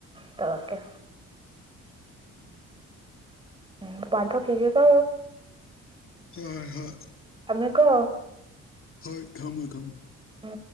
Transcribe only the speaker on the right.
ꯇꯧꯔꯛꯀꯦ ꯎ ꯄꯥꯊ ꯐꯒꯦꯀ
ꯇꯃꯦ ꯀꯣ
ꯎ